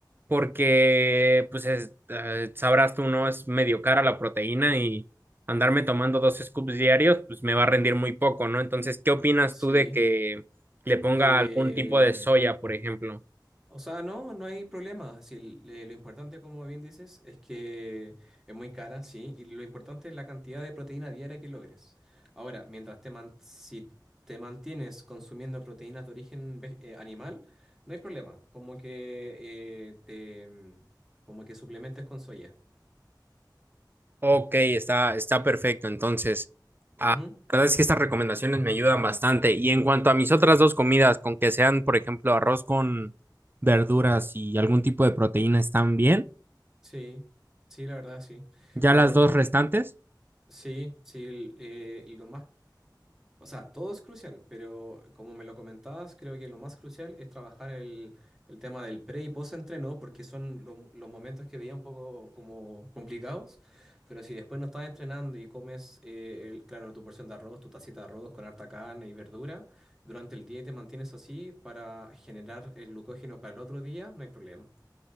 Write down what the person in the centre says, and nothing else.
Sí.
Eh,
o sea, no, no hay problema. Si el- eh, lo importante, como bien dices, es que es muy cara, sí, y lo importante es la cantidad de proteína diaria que logres. Ahora, mientras te man- si te mantienes consumiendo proteínas de origen ve- eh, animal, no hay problema. Como que eh, te mm, como que suplementes con soya.
Ujú.
Sí, sí, la verdad, sí.
Lo
importante,
sí, sí, el- eh, lo más O sea, todo es crucial, pero como me lo comentabas, creo que lo más crucial es trabajar el, el tema del pre y post entreno, porque son lo- los momentos que veía un poco como complicados, pero si después no estás entrenando y comes, eh, el- claro, tu porción de arroz, tu tacita de arroz con harta carne y verdura, durante el día y te mantienes así para generar el glucógeno para el otro día, no hay problema.